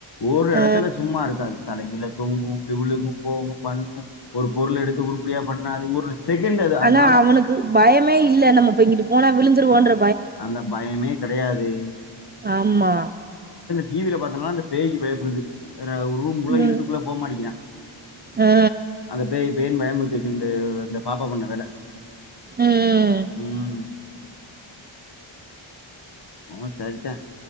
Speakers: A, on the left; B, on the right.
A: ஒரு
B: ஆ
A: எடத்துல சும்மா இருக்காது தலைகீழா தொங்கு இப்டி விழுகு போகு பண்ணு ஒரு பொருள எடுத்து உருப்படியா பண்ணாது ஒரு செகண்ட் அது அதனால
B: ஆனா அவனுக்கு பயமே இல்ல நம்ம இப்போ இங்கிட்டு போனா விழுந்துடுவோன்ற
A: அந்த பயமே கெடையாது
B: ஆமா
A: டிவில பாத்தன்னா அந்த பேய்க்கி பயப்படுது எதுனா ரூம்க்குள்ள
B: ம்
A: இருட்டுக்குள்ள போமாட்டிங்கிறா
B: ஆ
A: அந்த பேய் பேய்னு பயமு இண்டக்கி இந்த இந்த பாப்பா பண்ண வேல
B: ம்
A: ம் அவ சரித்தா